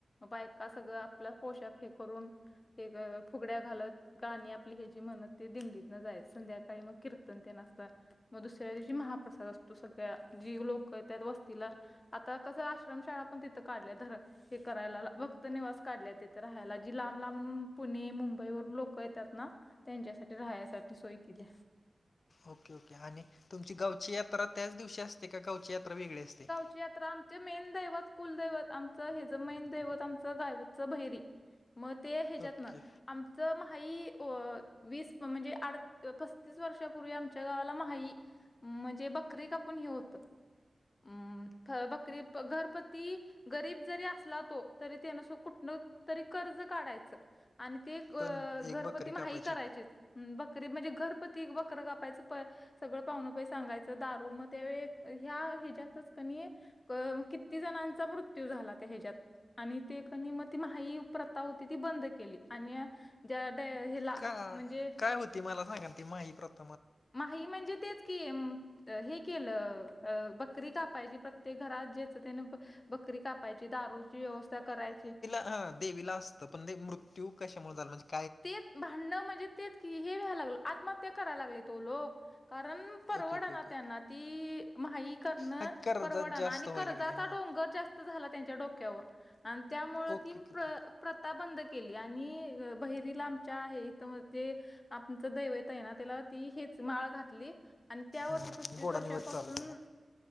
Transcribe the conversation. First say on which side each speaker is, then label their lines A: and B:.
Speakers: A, on the left; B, on the left.
A: बायका सगळं आपलं पोषक हे करून हे फुगड्या घालत गाणी आपली हे जी म्हणत ते दिंडीत न जायत संध्याकाळी मग कीर्तन तेन असतात मग दुसऱ्या दिवशी महाप्रसाद असतो सगळ्या जी लोकं त्यात वस्तीला आता कसं आश्रमशाळा पण तिथं काढल्या धर हे करायला भक्तनवास काढल्या येते राहायला जी लांब, लांब पुणे, मुंब दबई वून लोक येतात ना त्यांच्यासाठी राहाण्यासाठी सोय केली
B: ओके, ओके आणि तुमची गावची यात्रा त्याच दिवशी असते का गावची यात्रा वेगळी असते
A: ही यात्रा आम जे मेन दैवत कुलदैवत आमचं हिचं मेन दैवत आमचं गायूतचं बैरी मग ते ह्याच्यात
B: ओके
A: ना आमचं महाई वीस म्हणजे आड ततीस वर्षापूर्वी आमच्या गावाला महाई म्हणजे बकरी कापून हे होतं हम् बकरी घरपती गरीब जरी असला तो तरी त्यानसो कुठन तरी कर्ज काढायचं आणि ते घरपती
B: पण एक बकरी
A: माही
B: कापायची
A: करायचेच हम बकरी म्हणजे घरपती बकरं कापायचं प सगळं पाहुनप सांगायचं दारू मग त्यावेळी ह्या हज्यातच कनी किती जणांचा मृत्यू झाला त्या हज्यात आणि ते कणी मग ती माही प्रथा होती ती बंद केली आणि ज्याडे हिला
B: का
A: म्हणजे
B: काय होती मला सांगा ती माही प्रत
A: माही म्हणजे तेच हे केलं बकरी कापायाची प्रत्येक घरात जेच त्याने बकरी कापायची दारूची व्यवस्था करायची
B: ह देवीला असतं पण ते मृत्यू कशामुळे झाला म्हणजे झाला
A: तेच भांडणं म्हणजे ते हे व्यायला लागल आत्महत्या करायला लागले तो लोक कारण परवड
B: ओके ओके ओके
A: ना त्यांना ती माही करणं
B: हा कर्जात
A: परवडाना
B: जास्त
A: आणि
B: व्हायला
A: कर्जाचा
B: लागले हां
A: डोंगर जास्त झाला त्यांच्या डोक्यावर आणि त्यामुळ
B: ओके
A: तीन
B: ओके
A: प्र
B: ओके
A: कथा बंद केली आणि बहिरीला आमच्या आहे इथ म्हणजे आपचं दैवत आहे ना त्याला ती हेच माळ घातली आणि त्या वर्षी
B: हां
A: पस्तीस
B: गोडा
A: वर्षापासून,
B: निवद चालू केला